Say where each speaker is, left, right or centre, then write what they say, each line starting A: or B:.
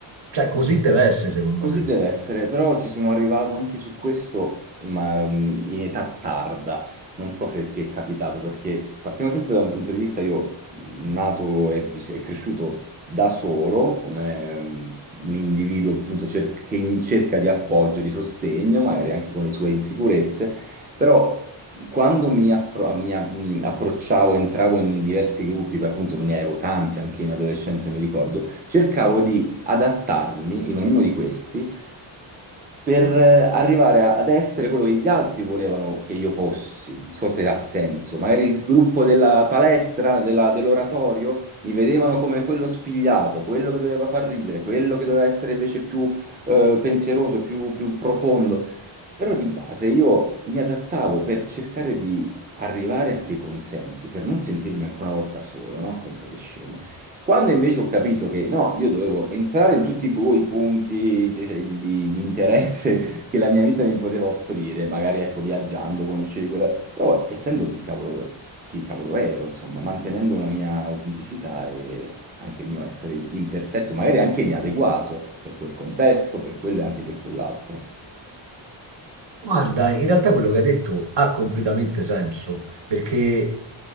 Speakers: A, on the right; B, on the right.
A: cioè così deve essere secondo
B: Così
A: me.
B: deve essere, però ci sono arrivato anche su questo, ma mh, in età tarda. Non so se ti è capitato, perché partiamo sempre da un punto di vista, io mh, nato e, vis- e cresciuto da solo, come mh, un individuo appunto cer- che in cerca di appoggio, di sostegno, magari anche con le sue insicurezze, però mm, quando mi, affro- mi a- mh, approcciavo, entravo in diversi gruppi, beh, appunto ne avevo tanti, anche in adolescenza mi ricordo, cercavo di adattarmi in ognuno di questi per eh, arrivare a- ad essere quello che gli altri volevano che io fossi. Non so se ha senso. Magari il gruppo della palestra, della- dell'oratorio, mi vedevano come quello spigliato, quello che doveva far ridere, quello che doveva essere invece più eh, pensieroso, più, più profondo. Però di base io mi adattavo per cercare di arrivare a dei consensi, per non sentirmi ancora una volta solo, no? Pensa che scemo. Quando invece ho capito che no, io dovevo entrare in tutti i pu- i punti cioè, cioè, di, di- di interesse <laughs> che la mia vita mi poteva offrire, magari ecco viaggiando, conoscevi quella, però essendo chi cavolo, chi cavolo ero, insomma, mantenendo una mia autenticità e anche il mio essere imperfetto, magari anche inadeguato per quel contesto, per quello e anche per quell'altro.
A: Guarda, in realtà quello che hai detto ha completamente senso, perché